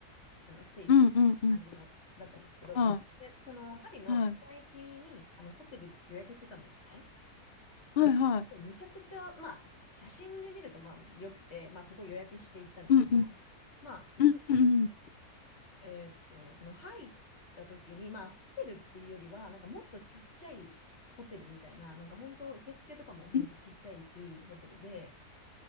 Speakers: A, on the left; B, on the left.
A: あのステイする感じのだったんですけど、
B: うんうんうん。は
A: でそのパリの北駅にあのホテル予約してたんですね。
B: い。はい。はいはい。
A: でむちゃくちゃ、まあ、し写真で見るとまあよくて、まあ、そこ予約して行ったんですけど、
B: うんうん。
A: まあ、なんだ
B: うんうんうん。
A: えっと、その入った時に、まあ、ホテルっていうよりは、なんかもっとちっちゃいホテルみたいな、なんか本当、受付とかも本当ちっちゃいいいホテルで、
B: うん